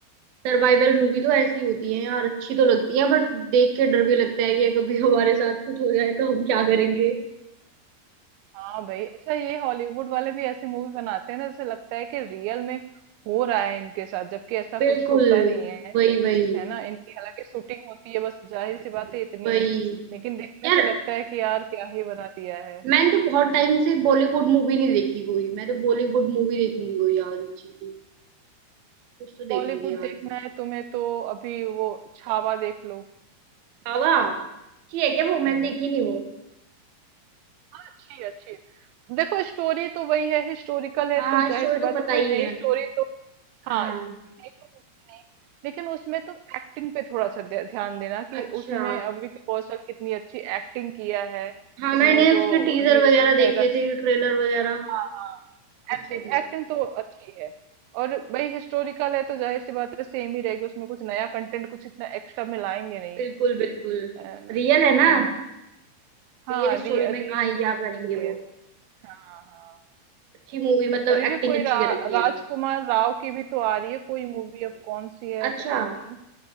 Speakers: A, on the right (about 65°); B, on the right (about 85°).
A: सर्वाइवल मूवी तो ऐसी होती है यार अच्छी तो लगती है बट देख के डर भी लगता है कि कभी हमारे साथ कुछ हो जाए तो हम क्या करेंगे
B: हाँ भाई अच्छा ये हॉलीवुड वाले भी ऐसे मूवी बनाते हैं ना जैसे लगता है कि रियल में हो रहा है इनके साथ जबकि ऐसा
A: बिल्कुल
B: कुछ होता नहीं है
A: वही वही
B: है ना इनकी हालांकि शूटिंग होती है बस जाहिर सी बात है इतनी
A: वही
B: ही, लेकिन देखने
A: यार
B: से लगता है कि यार क्या ही बना दिया है
A: मैंने तो बहुत टाइम से बॉलीवुड मूवी नहीं देखी कोई मैं तो बॉलीवुड मूवी देखूंगी कोई यार अच्छी सी कुछ तो देखूंगी
B: बॉलीवुड
A: यार
B: देखना है तुम्हें तो अभी वो छावा देख लो
A: छावा अच्छी है क्या वो मैंने
B: हम्म
A: देखी नहीं वो
B: अच्छी अच्छी देखो स्टोरी तो वही है हिस्टोरिकल है
A: हाँ हाँ
B: तो
A: स्टोरी
B: जाहिर सी
A: तो
B: बात
A: पता
B: है कोई
A: ही
B: नई
A: है
B: स्टोरी तो हाँ
A: हाँ
B: स्टोरी नई तो होगी नहीं लेकिन उसमें तुम एक्टिंग पे थोड़ा सा ध्या- ध्यान देना कि
A: अच्छा
B: उसमें विकी कौशल कितनी अच्छी एक्टिंग किया है
A: हाँ
B: उसमें
A: मैंने उसके
B: जो
A: टीजर
B: हीरोइन
A: वगैरह देखे
B: है
A: थे ट्रेलर वगैरह
B: हाँ हाँ
A: अच्छे
B: एक्टिंग
A: थे
B: एक्टिंग तो अच्छी है और भाई हिस्टोरिकल है तो जाहिर सी बात है सेम ही रहेगी उसमें कुछ नया कंटेंट कुछ इतना एक्स्ट्रा में लाएंगे नहीं
A: बिल्कुल बिल्कुल
B: है ना
A: रियल है
B: हम्म
A: ना
B: हाँ
A: रियल स्टोरी
B: रि, रियल
A: में कहाँ ही
B: है
A: क्या
B: इसलिए
A: करेंगे वो
B: हाँ हाँ
A: अच्छी मूवी मतलब
B: अभी भी
A: एक्टिंग
B: कोई
A: अच्छी
B: रा,
A: कर रखी
B: राजकुमार
A: है
B: राव की भी तो आ रही है कोई मूवी अब कौन सी है
A: अच्छा
B: पता नहीं